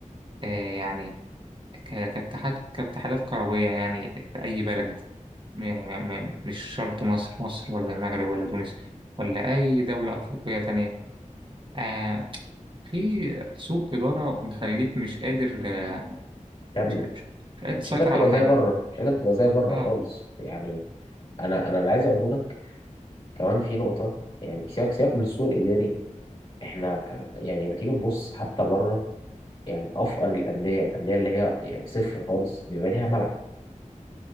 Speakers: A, on the right; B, on the left.
A: آه، يعني ك- كاتحاد كاتحادات كروية يعني في أي بلد يعني ما ما مش شرط مصر مصر ولا المغرب ولا تونس ولا أي دولة أفريقية تانية آه، في سوء إدارة مخليك مش قادر آه،
B: تعمل
A: مش مش مش قادر
B: مش
A: تسيطر
B: قادر تبقى
A: على
B: زي
A: حاجة
B: بره مش قادر تبقى زي بره
A: آه
B: خالص يعني انا انا اللي عايز اقوله لك كمان في نقطه يعني سياق سياق من السوق الاداري احنا يعني لما تيجي تبص حتى بره يعني افقر الانديه الانديه اللي هي يعني صفر خالص بيبقى ليها ملعب